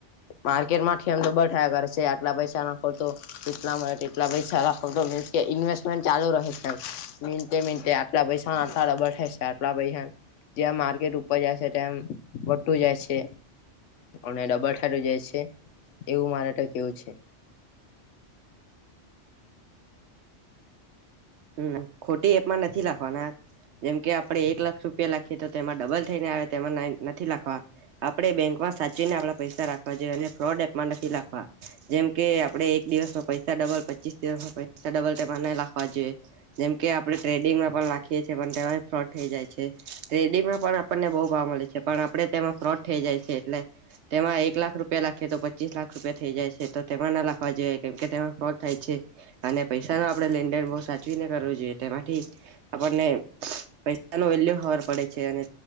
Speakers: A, on the left (about 85°); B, on the right (about 70°).
A: માર્કેટમાંથી એમ તો બ થાયા કરે છે આટલા પૈસા ના ખોતો એટલા મળે કેટલા પૈસા લાખો કે ઇવેસ્ટ મેન્ટ ચાલુ રહે છે મીન્ટે મીન્ટે આટલા પૈસા અથવા ડબલ થઈશ આટલ પહૈયા જ્યાં માર્કેટ ઉપર જ છે તેમ વધતું જાય છે અને ડબલ થાટું જાય છે. એવું મારે તો કેવું છે.
B: હમ્મ ખોટી એપમાં નથી લખવાના જેમ કે આપડે એક લાખ રૂપિયા લખીએ તો તેમાં ડબલ થઈને આવે તેમાં નથી લખવા આપડે બેંકમાં સાચીને આપડા પૈસા રાખવા જોઈએ અને ફ્રોડ એપમાં નથી લખવા જેમ કે આપડે દિવસમાં પૈસા ડબલ પચીસ દિવસમાં પૈસા ડબલ તેમાં ન લખવા જોઈએ. જેમ કે આપડે ટ્રેડિંગમાં પણ રાખીએ છીએ પણ તે ફ્રોડ થઈ જાય છે ટ્રેડિંગમાં પણ આપને બો <unintelligible> મળે છે પણ આપડે તેમાં ફ્રોડ થઈ જાય છે એટલે તેમાં એક લાખ રૂપિયા લખીયે તો પચીસ લાખ રૂપિયા થઈ જાય છે તો તેમાં ના લખવા જેવાએ કેમ કે તેમાં ફ્રોડ થાય છે. છે અને પૈસા ન આપણે લેનદેન બો સાચવીને કરવો જોઈએ તેમાંથી આપણને પૈસા ન વેલ્યુ ખબર પડે છે અને